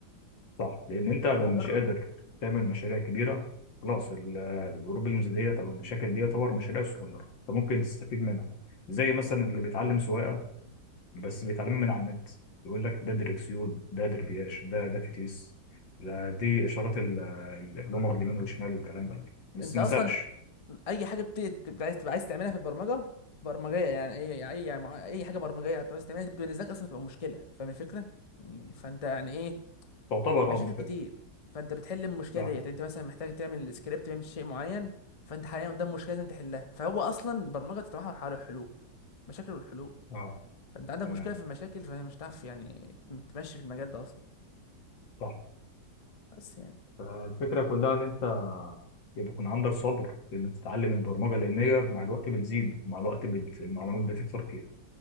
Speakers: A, on the left; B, on the left.
A: صح لان انت
B: انت
A: ده
B: مجرد
A: مش قادر تعمل مشاريع كبيره خلاص ال- الجروب المز ديت او المشاكل دي تعتبر مشاريع صغيره فممكن تستفيد منها زي مثلا اللي بيتعلم سواقه بس بيتعلم من على النت يقول لك ده دركسيون ده دربياش ده ده فتيس ده دي اشارات ال- ال- اللمبه اليمين والشمال والكلام ده بس
B: انت
A: ما
B: اصلا
A: ساقش
B: اي حاجه بتبقى بت... عايز تبقى عايز تعملها في البرمجه برمجيه يعني اي اي يعني مع- اي حاجه برمجيه بتبقى عايز تعملها دي بالنسبه لك اصلا بتبقى مشكله فاهم الفكره يعني فانت يعني ايه
A: تعتبر
B: مشاكل
A: اه مشكله
B: كتير فانت بتحل المشكله
A: فاهم
B: ديت انت مثلا محتاج تعمل سكريبت بيعمل شيء معين فانت حاليا قدام مشكله لازم تحلها فهو اصلا البرمجه بتتمحور حول الحلول مشاكل والحلول
A: اه
B: فانت عندك
A: تمام
B: مشكله في المشاكل فمش هتعرف يعني تمشي في المجال ده اصلا
A: صح
B: بس يعني
A: فالفكره كلها ان انت يبقى يكون عندك صبر انك تتعلم البرمجه لان هي مع الوقت بتزيد مع الوقت بت... المعلومات بتكتر فيها